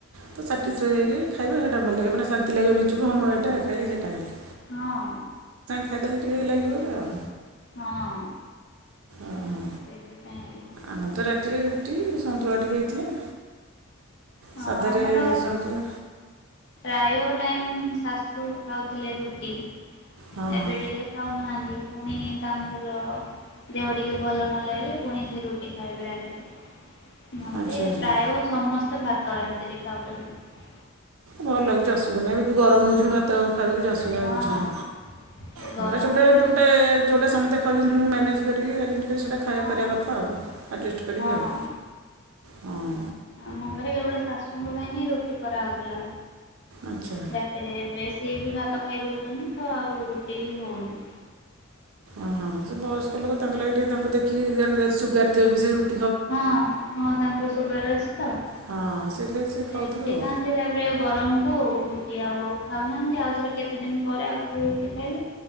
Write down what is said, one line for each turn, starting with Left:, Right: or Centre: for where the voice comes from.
Right: ତ ଷଠିଶହଇକି ଖାଇବେ <unintelligible> ଟ ଭଲ ଲାଗେ ମାନ ଶାନ୍ତି ଲାଗିବ ନିଜକୁ ହଁ ଏଇଟା ଖାଇଲି ସେଟା ଖାଇ
Left: ହଁ
Right: ଖାଇଦେଲେ ଟିକେ ଲାଗିବ ର ଆଉ
Left: ହଁ
Right: ଓହୋ,
Left: ସେଥିପାଇଁ
Right: ଆମ ତ ରାତିରେ ରୁଟି ସନ୍ତୁଳା ଟିକେ ହେଇଥିଲା।
Left: ହଁ
Right: ସାଧାରେ
Left: ଆମର
Right: ଶ <unintelligible>
Left: ପ୍ରାୟ ଟାଇମ୍ ଶାଶୁ ଖାଉଥିଲେ ରୁଟି,
Right: ହଁ
Left: ଏବେ
Right: ହଁ
Left: ଟିକେ ଖାଉନାହାନ୍ତି। ପୁଣି ତାୁଲ <unintelligible> ଦେହ ଟିକେ ଭଲ ନ ଲାଗିଲେ, ପୁଣି ସେ ରୁଟି ଖାଇବେ ରାତିରେ ନହେଲେ,
Right: ଆଚ୍ଛା ଆଚ୍ଛା
Left: ପ୍ରାୟ ସମସ୍ତେ ଭାତ ରାତିରେ ଖାଉଛନ୍ତି
Right: ଭଲ ଲାଗୁଛି ଅସୁବିଧା ନାହିଁ, ଏବେ ବି ଗରମ ହଉଚି ଭାତ ଛି ଅସୁବିା
Left: ହଁ
Right: କିଛି ନାଁ
Left: ଏ
Right: ଗୋଟେଟ
Left: ଗରମରେ
Right: ଯୋଉଟୋଟା ସମସ୍ତେ ଖାଉଛନ୍ତି ମ କରିକି <unintelligible> ଟିକେ ସେଇଟା ଖାଇବା
Left: ହଁ
Right: କରିବା କଥା ଆଉ ଆଡ଼ଜଷ୍ଟ କରିକି,
Left: ହଁ
Right: ଆଉ ହଁ
Left: ଆମ ଘରେ କେବଳ ଶାଶୁଙ୍କ ପାଇଁ ହିଁ ରୁଟି କରାହଉଥିଲା,
Right: ଆଚ୍ଛା
Left: ରାତିରେ ଏବେ ସିଏ ବି ଭ ଭତ ଖାଇଦଉଛନ୍ତି ତ ଆଉ ରୁଟି ହଉନି।
Right: ଓହଁ ସେ ବୟସ୍କ ଲୋକ ତାଙ୍କ ଲାଗି ଟିକେ ତାଙ୍କୁ ଦେଖିକି ସୁଗାର ଥିବ ବି ସେ ର
Left: ହଁ, ହଁ, ତାଙ୍କର ସୁଗାର ଅଛି ତ।
Right: ହଁ ସେଥିଲାଗି
Left: ସେ
Right: ଖାଉଥିବେ
Left: ରୁଟି
Right: ଆଉ
Left: ଖାଆନ୍ତି, ତାପରେ ଗରମ କୁଉ ରୁଟି ଆଉ ଖାଉନାହାନ୍ତି ଆଉ ଥରେ କେତେ ଦିନ ପରେ ଆଉଥରେ ରୁଟି ଖାଇଲେ,